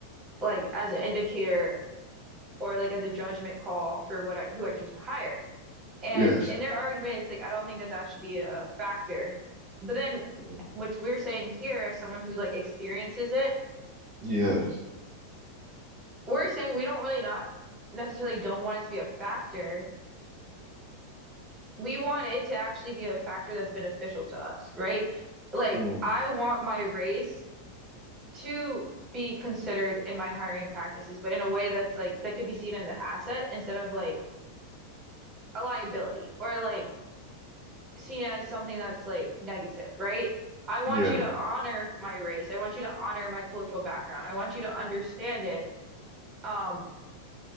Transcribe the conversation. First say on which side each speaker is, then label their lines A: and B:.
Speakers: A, on the right (about 25°); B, on the right (about 50°).
A: like as an indicator or like as a judgment call for what I who I choose to hire. And
B: Yes.
A: in their argument, it's like, I don't think that that should be a factor. But then,
B: Mm.
A: which we're saying here, as someone who like experiences it,
B: Yes.
A: we're saying we don't really not necessarily don't want it to be a factor. We want it to actually be a factor that's beneficial to us, right? Like,
B: Mm.
A: I want my race to be considered in my hiring practices, but in a way that's like that could be seen as an asset instead of like a liability or like seen as something that's like negative, right? I want
B: Yeah.
A: you to honor my race. I want you to honor my cultural background. I want you to understand it, um,